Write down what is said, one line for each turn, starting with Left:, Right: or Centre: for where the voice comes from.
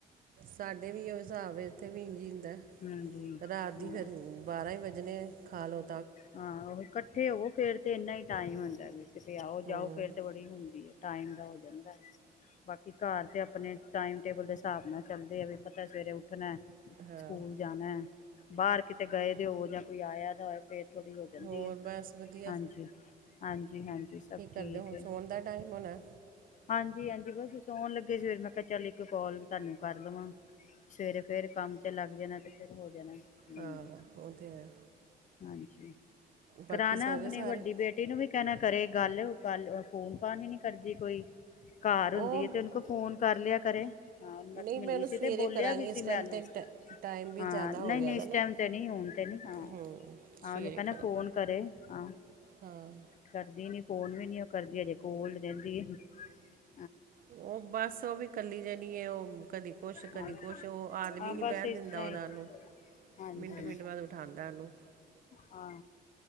Right: ਸਾਡੇ ਵੀ ਉਹ ਹਿਸਾਬ ਇੱਥੇ ਵੀ ਇੰਝ ਹੁੰਦਾ
Left: ਹਾਂਜੀ
Right: ਰਾਤ
Left: ਹਾਂ
Right: ਦੀ ਫੇਿਰ ਬਾਰਾਂ ਈ ਵਜਣੇ ਖਾ ਲੋੋ
Left: ਹਾਂ ਉਹੀ ਇਕੱਠੇ ਹੋਵੋ ਫੇਰ ਤੇ ਇੰਨਾ ਈ ਟਾਈਮ ਹੁੰਦਾ ਕਿਤੇ ਆਓ
Right: ਹੂੰ
Left: ਜਾਓ ਫੇਰ ਤੇ ਬੜੀ ਹੁੰਦੀ ਏ ਟਾਈਮ ਦਾ ਹੋ ਜਾਂਦਾ ਬਾਕੀ ਘਰ ਤੇ ਅਪਨੇ ਟਾਈਮ ਟੇਬਲ ਦੇ ਹਿਸਾਬ ਨਾਲ ਚੱਲਦੇ ਆ ਵੀ ਪਤਾ ਸਵੇਰੇੱ ੳ ੳਠਣਾ
Right: ਹਾਂ
Left: ਸਕੂਲ ਜਾਨਾ ਬਾਹਰ ਕਿਤੇ ਗਏ ਦੇ ਹੋਵੋ ਜਾਂ ਕੋਈ ਆਇਆ ਦਾ- ਫੇਰ ਥੋੜੀ ਹੋ ਜਾਂਦੀ
Right: ਹੋਰ
Left: ਹੈ
Right: ਬਸ ਵਧੀਆ
Left: ਹਾਂਜੀ ਹਾਂਜੀ -ਹਾਂਜੀ ਸਭ
Right: ਕੀ ਕਰਦੇ
Left: ਠੀਕ
Right: ਹੁਣ
Left: ਹੈ
Right: ਸੌਣ ਦਾ ਟਾਈਮ ਹੋਣਾ
Left: ਹਾਂਜੀ ਹਾਂਜੀ ਬਸ ਸੋਣ ਲੱਗੇ ਸਵੇਰ ਮੈਂ ਕਿਹਾ, ਚੱਲ ਇੱਕ ਕੋਲ ਤੁਹਾਨੂੰ ਕਰ ਦੇਵਾਂ। ਸਵੇਰੇ ਫਿਰ ਕੰਮ ਚ ਲੱਗ ਜਾਣਾ, ਤੇ ਫਿਰ ਹੋ ਜਾਣਾ। ਹਮ
Right: ਹਾਂ ਉਹ ਤੇ ਹੈ।
Left: ਹਾਂਜੀ
Right: ਬਾਕੀ
Left: ਕਰਾਣਾ
Right: ਸੋ
Left: ਆਪਣੀ
Right: ਗਏ ਸਾਰੇ
Left: ਵੱਡੀ ਬੇਟੀ ਨੂੰ ਵੀ। ਕਹਿ ਨਾ ਕਰੇ, ਗੱਲ ਗੱਲ ਫੋਨ ਫਾਨ ਹੀ ਨੀ ਕਰਦੀ ਕੋਈ ਘਰ ਹੁੰਦੀ
Right: ਉਹ
Left: ਹੈ ਤੇ ਉਹਨੂੰ ਕੋਲ ਫੋਨ ਕਰ ਲਿਆ ਕਰੇ ਹਾਂ ਮੈਂ
Right: ਨਹੀਂ
Left: ਮਿਲੀ
Right: ਉਹਨੂੰ
Left: ਸੀ,
Right: ਸਵੇਰੇ
Left: ਤੇ ਬੋਲਿਆ
Right: ਕਰਾਂਗੀ
Left: ਵੀ ਸੀ।
Right: ਇਸ ਟਾਈਮ
Left: ਮੈਂਨੂੰ
Right: ਤੇ ਟ ਟਾਈਮ ਵੀ
Left: ਹਾਂ
Right: ਜ਼ਿਆਦਾ
Left: ਨਹੀਂ
Right: ਹੋ ਗਿਆ
Left: ਨਹੀਂ
Right: ਦਾ
Left: ਇਸ
Right: ਨਾ
Left: ਟਾਈਮ ਤੇ ਨਹੀਂ ਹ ਹਾਂਾਂ!
Right: ਹੂੰ ਸਵੇਰੇ
Left: ਉਹਨੂੰ ਕਹ
Right: ਕਰਾਂਗੀ
Left: ਫੋਨ ਕਰੇ ਹਾਂ
Right: ਹਾਂ
Left: ਕਰਦੀ ਨੀ। ਫੋਨ ਵੀ ਨੀ ਉਹ ਕਰਦੀ, ਅਜੇ ਕੋਲ ਰਹਿੰਦੀ ਆ।
Right: ਉਹ ਬਸ ਉਹ ਵੀ ਕੱਲੀ ਜਣੀ ਹੈ ਉਹ ਕਦੀ ਕੁਛ ਕਦੀ
Left: ਹਾਂਜੀ
Right: ਕੁਛ, ਉਹ ਆਦਮੀ
Left: ਹਾਂ
Right: ਨੀ
Left: ਬਸ
Right: ਬਹਿਣ
Left: ਇਸ
Right: ਦਿੰਦਾ
Left: ਤਰ੍ਹਾਂ
Right: ਉਹਦਾ
Left: ਹੀ
Right: ਨੂੰ।
Left: ਹਾਂਜੀ
Right: ਮਿੰਟ ਮਿੰਟ ਬਾਅਦ ਉਠਾਉਂਦਾ ਉਹਨੂੰ
Left: ਹਾਂ।